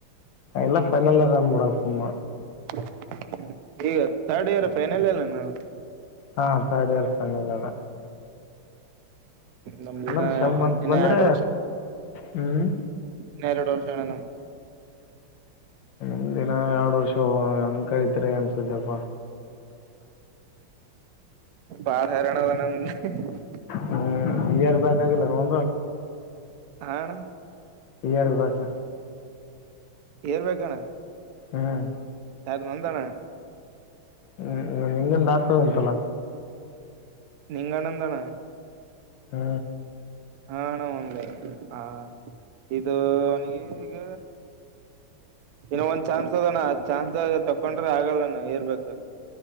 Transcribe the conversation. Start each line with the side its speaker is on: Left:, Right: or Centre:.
Left: ಲ್ಲ ಫೈನಲ್ ಅದನ್ಬೂಡಾ ಸೋಮ್ಮ
Right: ಹ್ಮ ಈಗ ಥರ್ಡ್ ಇಯರ್ ಫೈನಲ್ ಎಲ್ಲ ನ ಅವರು
Left: ಹಾ ರ್ಡ್ ಇಯರ್ ಫೈನಲ್ ಅದ
Right: ನಮ್ದ
Left: ಅಂದ್ರ
Right: ಇನ್ನ
Left: ಶಮ
Right: ಒಂದ್
Left: ಅತ್
Right: ಇನ್ನ
Left: ಬಂದ್ರೆ
Right: ಎರಡು
Left: ಹ್ಮ್
Right: ಇನ್ನರಡು ವರ್ಷಣ ನಮ
Left: ಮುದಿನ ಎರಡ್ ವರ್ಷ ಅಂಕೈಐತ್ರಿ ಅನ್ಸುದಪ್ಪಾ
Right: ಬಾಳ ಹೇರ್ಯಣ ಅದ ಅಣ್ಣಾ ನಿಮ್ಮದು
Left: ಹ್ಮ್ ಕ್ಲಿಯರ್ ಬಾಕಾಗಿಲ್ಲ ನನ್
Right: ಹಾ ಅಣ್ಣಾ
Left: ಈ ಯಾರ <unintelligible> ಬಾಸ
Right: ಇರ್ಬೇಕಣ್ಣ
Left: ಹ್ಮ್
Right: ಸಾರ <unintelligible> ನಂತಾನ
Left: ಹ್ಮ್ ನಿಂಗಂದ ಆತದ ಉಂತಲ್ಲ
Right: ನಿಂಗಣ ಎಂದಣ
Left: ಹ್ಮ
Right: ಹಾ ನ ಒಂದ ಆ ಇದು ಅವನಿಗೆ ಈಗ ಇನ್ನು ಒಂದ್ ಚಾನ್ಸ್ ಅದಣ ಆ ಚಾನ್ಸ್ ತಕೊಂಡ್ರೆ ಆಗಲ್ಲಣ <unintelligible> ಏರ್ಬೇಕು